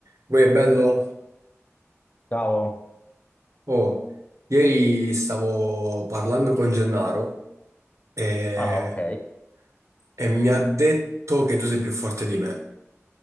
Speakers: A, on the right; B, on the left.
A: Poi è bello?
B: Ciao.
A: Oh, ieri stavo parlando con Gennaro e,
B: Ah, ok.
A: e mi ha detto che tu sei più forte di me.